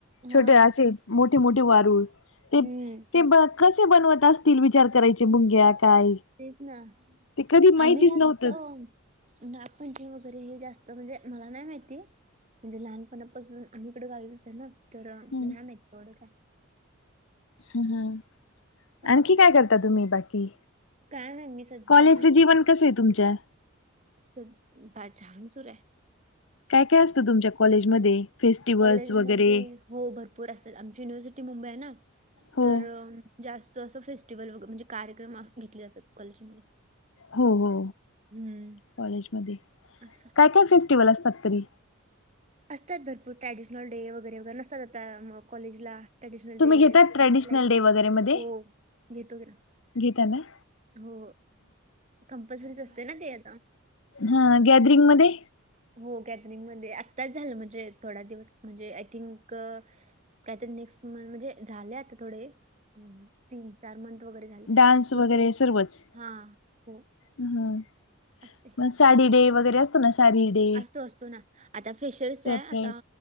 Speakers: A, on the right; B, on the left.
A: हा
B: छोटे असे मोठे, मोठे वारूळ ते,
A: हम्म
B: ते ब कसे बनवत असतील विचार करायचे मुंग्या काय?
A: तेच ना
B: ते कधी माहितीच
A: आम्ही जास्त
B: नव्हतं.
A: नागपंचमी वगैरे हे जास्त म्हणजे मला नाही माहिती म्हणजे लहानपणापासून आम्ही इकडं गावी असतं ना तर नाही
B: हम्म
A: माहित एवढं काय
B: ह, ह
A: असं.
B: आणखी काय करता तुम्ही बाकी
A: काय नाही मी सध्या
B: कॉलेजच जीवन कसंय आहे तुमच्या
A: असच छान सुरुय
B: काय काय असतं तुमच्या कॉलेजमध्ये फेस्टिव्हलस्
A: कॉलेजमध्ये
B: वगैरे
A: हो भरपूर असतात आमची युनिव्हर्सिटी मुंबई आहे ना
B: हो
A: तर जास्त असं फेस्टिवल व ग म्हणजे कार्यक्रम घेतले जातात कॉलेजमध्ये
B: हो, हो
A: हम्म
B: कॉलेज मध्ये
A: असं.
B: काय, काय फेस्टिवल असतात तरी
A: असतात भरपूर ट्रॅडिशनल डे वगैरे वगैरे नसतात आता कॉलेजला ट्रॅडिशनल
B: तुम्ही
A: डे
B: घेतात ट्रॅडिशनल
A: लाईक
B: डे वगैरे मध्ये
A: हो गेटटुगे
B: घेता ना
A: हो कंम्पलसरीच असते ना ते आता
B: हां गॅदरिंग मध्ये
A: हो गॅदरिंगमध्ये आत्ताच झालं म्हणजे थोडया दिवस म्हणजे आय थिंक काहीतरी नेक्स्ट म म्हणजे झाले आता थोडे अं तीन-चार मंंथ वगैरे झाले
B: डान्स
A: होते
B: वगैरे सर्वच.
A: हां हो
B: हं
A: असते
B: मग साडी डे वगैरे असतो ना साडी डे
A: असतो असतो ना आता फेशर्स चा
B: सेपरेट.
A: आहे आता